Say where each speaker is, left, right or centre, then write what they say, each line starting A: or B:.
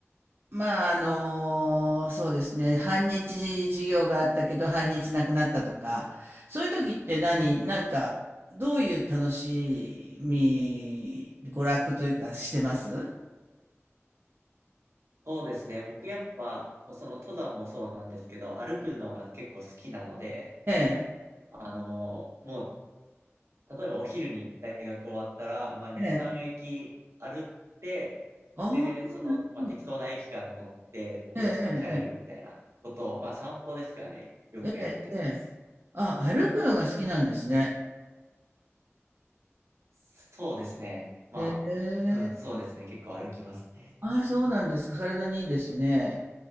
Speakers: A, on the right; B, on the right.
A: まあ、あの、そうですね、半日授業があったけど半日なくなったとか、そういう時って何、なんか、どういう楽しみ、娯楽というかしてます
B: そうですね。僕やっぱ、その登山もそうなんですけど、歩くのが結構好きなので、
A: ええ。
B: あの、もう例えばお昼に大学終わったら、まあ、2、
A: ええ。
B: 3駅歩って、
A: ああ、
B: で、その、
A: なるほど。
B: まあ、適当な駅から乗ってお家に帰るみたいなことを、
A: えええ
B: まあ、散歩ですかね。よくやってます。
A: えええ。ええええ。あ、歩くのが好きなんですね。
B: そうですね。まあ、
A: ええ。
B: うん、そうですね。結構歩きますね。
A: ああ、そうなんですか。体にいいですね。